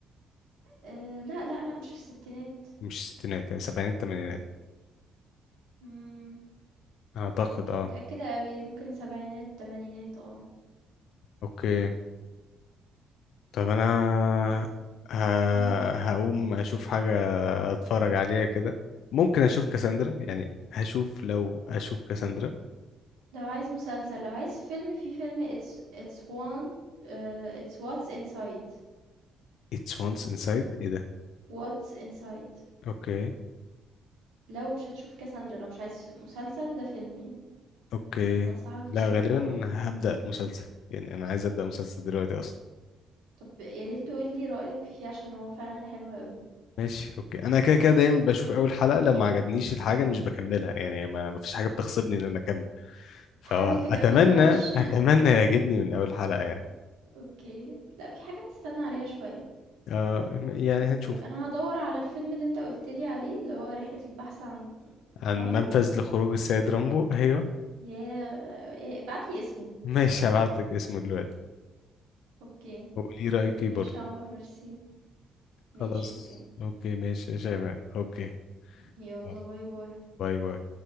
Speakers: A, on the right; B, on the left.
A: آآ لأ، لأ، لأ، مش في الستينات،
B: مش الستينات يعني سبعينات تمانينات
A: إمم،
B: اعتقد
A: مش
B: اه
A: متأكدة أوي، ممكن سبعينات، تمانينات آه،
B: اوكي طب انا
A: بس.
B: ه...
A: إمم،
B: هقوم اشوف حاجه هتفرج عليها كده ممكن اشوف كاساندرا يعني هشوف لو اشوف كاساندرا
A: لو عايز مسلسل، لو عايز فيلم، في فيلم It's It's one آآ It's What's Inside
B: It's once inside ايه ده
A: What's Inside
B: اوكي
A: لو مش هتشوف كاساندرا، لو مش عايز مسلسل، ده فيلم يعني،
B: اوكي
A: أنصحك تشوفه
B: لا غالبا
A: برضه.
B: هبدأ مسلسل يعني انا عايز ابدأ مسلسل دلوقتي اصلا
A: طب يا ريت تقول لي رأيك فيه عشان هو فعلًا حلو أوي،
B: ماشي اوكي انا كده كده دايما بشوف اول حلقة لو ما عجبنيش الحاجة مش بكملها يعني ما ما فيش حاجة بتغصبني ان انا اكمل فهو
A: حاول تكمّل
B: اتمنى
A: معلش.
B: اتمنى يعجبني من اول حلقة يعني
A: اوكي لا في حاجات تستنى عليها شوية
B: آه يعني هنشوف
A: طيب انا هدور على الفيلم اللي انت قلتلي عليه اللي هو رحلة البحث عن
B: عن
A: رامبو
B: منفذ لخروج السيد رامبو ايوه
A: يا إيه، بعتلي اسمه
B: ماشي هبعتلك اسمه دلوقتي
A: اوكي
B: وقولي رأيك فيه
A: ماشي
B: برضه
A: يا عمر ميرسي
B: خلاص
A: ماشي اوكي
B: اوكي ماشي يا شيماء اوكي
A: يلا
B: يلا
A: باي باي
B: باي باي